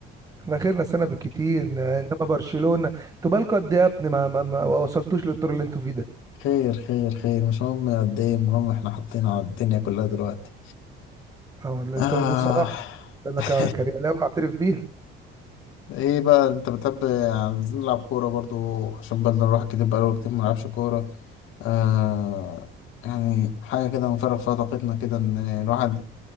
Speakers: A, on the right; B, on the left.
A: احنا اخرنا سنه بالكتير ن- انما برشلونه انتوا بالكوا قد ايه يا ابني ما, ما, ما وصلتوش للدور اللي انتوا فيه ده
B: خير خير خير مش مهم قد ايه المهم احنا حاطين على الدنيا كلها دلوقتي
A: اه والله
B: آه
A: انتوا دي الصراحه انا
B: <laughs>
A: ك- كريالاوي اعترف بيها
B: ايه بقى انت بتحب عايزين نلعب كورة برضو عشان بدل نروح كتير بقاله كتير ما نلعبش كورة آه يعني حاجة كده نفرغ فيها طاقتنا كده ان الواحد